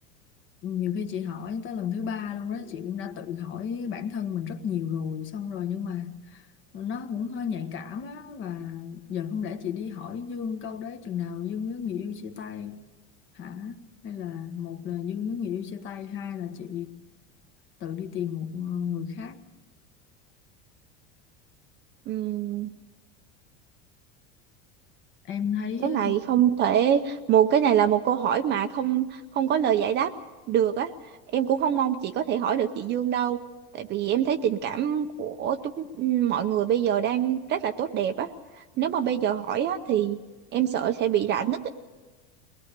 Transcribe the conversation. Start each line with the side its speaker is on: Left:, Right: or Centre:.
Left: Nhiều khi chị hỏi tới lần thứ ba luôn đó, chị cũng đã tự hỏi bản thân mình rất nhiều rồi, xong rồi nhưng mà nó cũng hơi nhạy cảm á và giờ không lẽ chị đi hỏi Dương câu đấy chừng nào Dương với người yêu chia tay hả? Hay là một là Dương với người yêu chia tay, hai là chị tự đi tìm một người khác.
Right: Ừm,
Left: Em thấy
Right: cái này không thể một cái này là một câu hỏi mà không không có lời giải đáp được á. Em cũng không mong chị có thể hỏi được chị Dương đâu, tại vì em thấy tình cảm của chúng mọi người bây giờ đang rất là tốt đẹp á. Nếu mà bây giờ hỏi á thì em sợ sẽ bị rạn nứt. á.